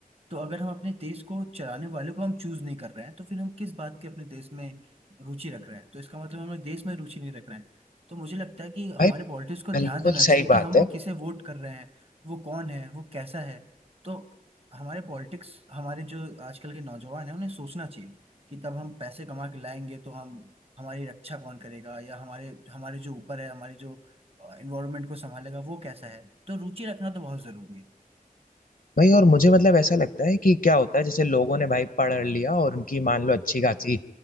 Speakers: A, on the right; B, on the left.
A: तो अगर हम अपने देश को चलाने वाले को हम चूज नहीं कर रहे हैं तो फिर हम किस बात की अपने देश में रुचि रख रहे हैं तो इसका मतलब हमें देश में रुचि नहीं रख रहे हैं तो मुझे लगता है कि हमारे
B: भाई
A: पॉलिटिक्स को ध्यान
B: बिल्कुल
A: देना चाहिए
B: सही
A: कि
B: बात
A: हम वो
B: है
A: किसे वोट कर रहे हैं वो कौन है वो कैसा है तो हमारे पॉलिटिक्स हमारे जो आजकल के नौजवान हैं उन्हें सोचना चाहिए कि तब हम पैसे कमा के लाएंगे तो हम हमारी रक्षा कौन करेगा या हमारे हमारे जो ऊपर है हमारे जो इन्वायरमेंट को संभालेगा वो कैसा है तो रुचि रखना तो बहुत जरूरी है
B: भाई और मुझे मतलब ऐसा लगता है कि क्या होता है जैसे लोगों ने भाई पढ़ लिया और उनकी मान लो अच्छी खासी